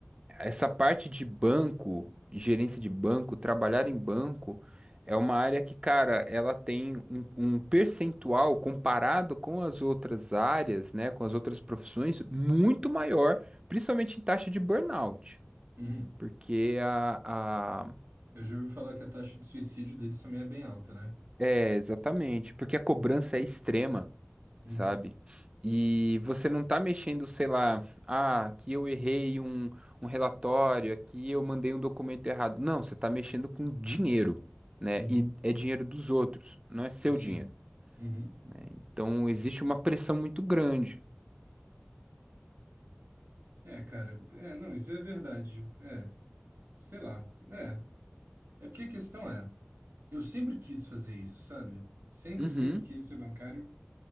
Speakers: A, on the right; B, on the right.
A: essa parte de banco, gerência de banco, trabalhar em banco, é uma área que, cara, ela tem um, um percentual comparado com as outras áreas, né, com as outras profissões, muito maior, principalmente em taxa de burnout,
B: uhum.
A: porque a, a...
B: Eu já ouvi falar que a taxa de suicídio deles também é bem alta, né?
A: É, exatamente, porque a cobrança é extrema.
B: Uhum,
A: sabe? E você não tá mexendo, sei lá, ah, aqui eu errei um, um relatório, aqui eu mandei um documento errado. Não, você tá mexendo com dinheiro, né?
B: uhum,
A: E é dinheiro dos outros, não é seu
B: sim.
A: dinheiro,
B: Uhum.
A: né? Então existe uma pressão muito grande.
B: É, cara, é, não, isso é verdade. É, sei lá. É. É porque a questão é. Eu sempre quis fazer isso, sabe? Sempre,
A: Uhum.
B: sempre quis ser bancário.